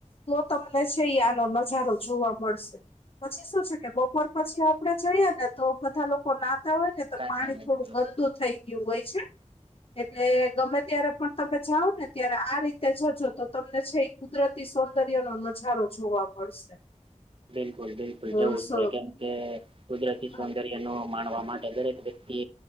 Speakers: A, on the left (about 50°); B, on the right (about 45°).
A: તો તમને છે આનો નજારો જોવા મળશે. પછી શું છે કે બપોર પછી આપણે જઈએ ને! તો બધા લોકો નાહતા હોય ને તો
B: બ્લેક
A: પાણી
B: એન્ડ વ્હાઈટ
A: થોડું ગંદુ થઈ ગયું હોય છે. એટલે ગમે ત્યારે પણ તમે જાઓ ને ત્યારે આ રીતે જજો તો તમને છે. કુદરતી સૌંદર્યનો નજારો જોવા મળશે.
B: બિલકુલ બિલકુલ
A: અ
B: જવું
A: સો
B: જોઈએ. કેમ કે કુદરતી
A: હ
B: સૌંદર્ય નો માણવા માટે દરેક કેમકે